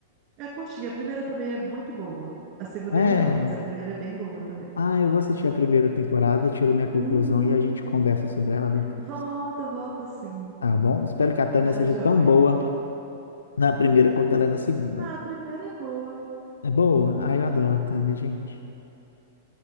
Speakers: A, on the right (about 45°); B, on the left (about 80°).
A: É, é curtinha. A primeira também é muito boa. A segunda
B: É.
A: é melhor, mas a primeira é bem boa também.
B: Ah, eu vou assistir a primeira temporada, tiro minha conclusão
A: Uhum.
B: e a gente conversa sobre ela depois.
A: Volta, volta sim.
B: Tá bom? Espero que a Tânia
A: Tá
B: seja
A: joia.
B: tão boa na primeira quanto ela é na segunda.
A: Ah, a primeira é boa.
B: É boa. Ai, eu adoro
A: Uhum.
B: a Tânia, gente.